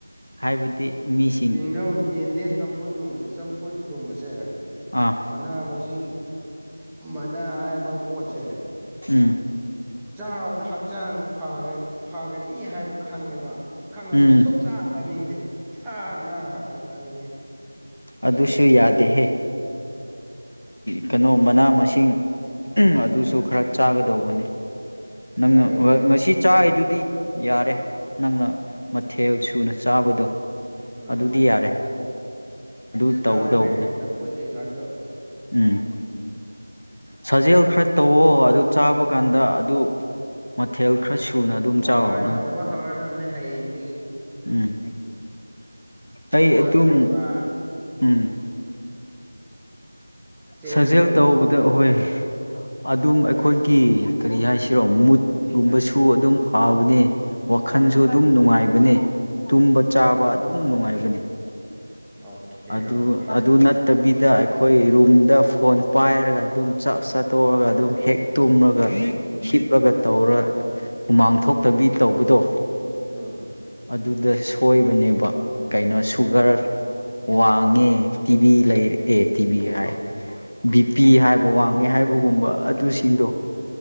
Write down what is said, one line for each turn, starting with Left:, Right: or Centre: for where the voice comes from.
Left: ꯍꯥꯏꯕꯗꯤ ꯃꯤꯁꯤꯡ
Centre: ꯏꯟꯗꯨꯝ ꯌꯦꯟꯗꯦꯝ ꯌꯦꯟꯗꯦꯝ ꯆꯝꯐꯨꯠꯀꯨꯝꯕꯁꯦ ꯆꯝꯐꯨꯠꯀꯨꯝꯕꯁꯦ
Left: ꯑꯥ
Centre: ꯃꯅꯥ ꯃꯁꯤꯡ ꯃꯅꯥ ꯍꯥꯏꯕ ꯄꯣꯠꯁꯦ
Left: ꯎꯝ
Centre: ꯆꯥꯕꯗ ꯍꯛꯆꯥꯡ ꯐꯒ ꯐꯒꯅꯤ ꯍꯥꯏꯕ ꯈꯪꯉꯦꯕ ꯈꯪꯉꯁꯨ
Left: ꯎꯝ
Centre: ꯁꯨꯛꯆꯥꯥ ꯆꯥꯅꯤꯡꯗꯦ ꯁꯥ ꯉꯥ ꯈꯛꯇꯪ ꯆꯥꯅꯤꯡꯉꯦ꯫
Left: ꯑꯗꯨꯁꯨ ꯌꯥꯗꯦꯍꯦ ꯀꯩꯅꯣ ꯃꯅꯥ ꯃꯁꯤꯡ ꯑꯗꯨꯁꯨ ꯈꯔ ꯆꯥꯒꯗꯧꯕꯅꯤ ꯅꯪ
Centre: ꯆꯥꯅꯤꯡꯗꯦ ꯑꯩꯗꯤ
Left: ꯉꯁꯤ ꯆꯥꯏꯗꯨꯗꯤ ꯌꯥꯔꯦ ꯅꯪꯅ ꯃꯊꯦꯜ ꯁꯨꯅ ꯆꯥꯕꯗꯣ
Centre: ꯎꯝ
Left: ꯑꯗꯨꯗꯤ ꯌꯥꯔꯦ ꯑꯗꯨ ꯇꯧꯒꯗꯧꯕꯅꯦ
Centre: ꯌꯥꯎꯋꯦ ꯆꯝꯐꯨꯠ ꯀꯩꯀꯥꯁꯨ
Left: ꯎꯝ ꯁꯥꯖꯦꯜ ꯈꯔ ꯇꯧꯋꯣ ꯑꯗꯨ ꯆꯥꯕ ꯀꯥꯟꯗ ꯑꯗꯨ ꯃꯊꯦꯜ ꯈꯔ ꯁꯨꯅ ꯑꯗꯨꯝ
Centre: ꯍꯣꯏ
Left: ꯆꯥꯎꯑꯣ
Centre: ꯍꯣꯏ
Left: ꯅꯪ
Centre: ꯇꯧꯕ ꯍꯧꯔꯗꯕꯅꯦ ꯍꯌꯦꯡꯗꯒꯤ
Left: ꯎꯝ ꯑꯩ
Centre: ꯄꯨꯁꯑꯞꯒꯨꯝꯕ
Left: ꯑꯗꯨꯝ ꯎꯝ
Centre: ꯆꯦꯟꯕꯒꯨꯝꯕꯀꯣ
Left: ꯁꯥꯖꯦꯜ ꯇꯧꯕꯗ ꯑꯍꯣꯏ ꯑꯗꯨꯝ ꯑꯩꯈꯣꯏꯒꯤ ꯀꯔꯤ ꯍꯥꯏꯁꯤꯔꯣ ꯃꯨꯠꯀꯨꯝꯕꯁꯨ ꯑꯗꯨꯝ ꯐꯕꯅꯦ꯫ ꯋꯥꯈꯜꯁꯨ
Centre: ꯎꯝ
Left: ꯑꯗꯨꯝ ꯅꯨꯡꯉꯥꯏꯕꯅꯦ ꯇꯨꯝꯕ
Centre: ꯍꯣꯏ
Left: ꯆꯥꯕ
Centre: ꯍꯣꯏ
Left: ꯑꯗꯨꯝ ꯅꯨꯡꯉꯥꯏꯕꯅꯦ꯫
Centre: ꯑꯣꯀꯦ
Left: ꯑꯗꯨ
Centre: ꯑꯣꯀꯦ
Left: ꯑꯗꯨ ꯅꯠ ꯇꯕꯤꯗ ꯑꯩꯈꯣꯏ ꯔꯨꯝꯗ ꯐꯣꯟ ꯄꯥꯏꯔꯒ ꯑꯗꯨꯝ ꯆꯥꯛ ꯆꯥꯠꯇꯣꯛꯑꯒ ꯑꯗꯨꯝ ꯍꯦꯛ ꯇꯨꯝꯔꯒ ꯍꯤꯞꯂꯒ ꯇꯧꯔ ꯍꯨꯃꯥꯡ ꯊꯣꯛꯇꯕꯤ ꯇꯧꯕꯗꯣ
Centre: ꯎꯝ
Left: ꯑꯗꯨꯗ ꯁꯣꯏꯕꯅꯦꯕ ꯀꯩꯅꯣ ꯁꯨꯒꯔ ꯋꯥꯡꯉꯦ ꯇꯤꯚꯤ ꯂꯩꯔꯛꯑꯦ ꯇꯤꯚꯤ ꯍꯥꯏ ꯕꯤꯄꯤ ꯍꯥꯏꯕ ꯋꯥꯡꯉꯦ ꯍꯥꯏꯕꯨ ꯒꯨꯝꯕ ꯑꯗꯨꯁꯤꯡꯗꯣ
Centre: ꯎꯝ ꯎꯝ